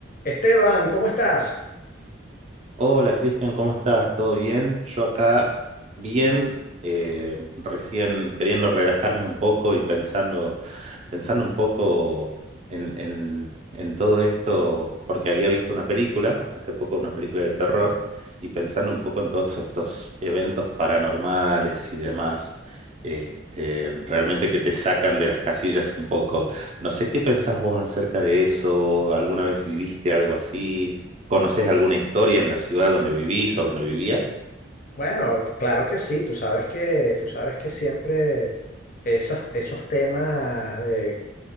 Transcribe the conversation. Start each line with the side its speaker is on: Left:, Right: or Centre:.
Left: Esteban, ¿cómo estás?
Right: Hola Cristian, ¿cómo estás? ¿Todo bien? Yo acá bien, eh, recién queriendo relajarme un poco y pensando pensando un poco en, en- en todo esto, porque había visto una película, hace poco una película de terror, y pensando un poco en todos estos eventos paranormales y demás, este, realmente que te sacan de las casillas un poco. No sé qué pensás vos acerca de eso, ¿alguna vez viviste algo así? ¿Conoces alguna historia en la ciudad donde vivís o donde vivías?
Left: Bueno, t- claro que sí, tú sabes que, tú sabes que siempre esas- esos temas de,